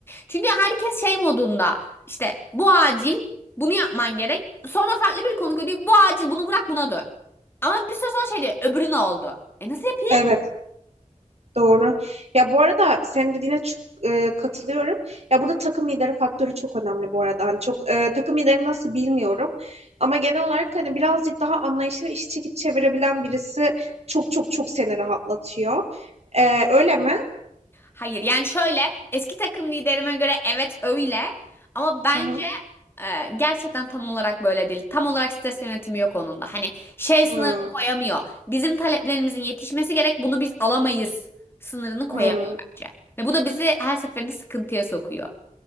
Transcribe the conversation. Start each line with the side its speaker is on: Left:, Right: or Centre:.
Left: Çünkü herkes şey modunda işte bu acil bunu yapman gerek. Sonra farklı bir konu diyor bu acil bunu bırak buna dön. Ama bir süre sonra şey diyor öbürü ne oldu? E nasıl yapayım?
Right: Evet. Doğru. Ya bu arada senin dediğine çok e, katılıyorum. Ya burada takım lideri faktörü çok önemli bu arada. Hani çok e, takım lideri nasıl bilmiyorum. Ama genel olarak hani birazcık daha anlayışlı ve işi çekip çevirebilen birisi çok çok çok seni rahatlatıyor. E, öyle mi?
Left: Hayır yani şöyle eski takım liderime göre evet öyle ama bence
Right: Hı hı.
Left: e, gerçekten tam olarak böyle değil. Tam olarak stres yönetimi yok onun da. Hani şey sınırını
Right: Hı.
Left: koyamıyor. Bizim taleplerimizin yetişmesi gerek bunu biz alamayız sınırını koyamıyor
Right: Hı.
Left: bence. Ve bu da bizi her seferinde sıkıntıya sokuyor.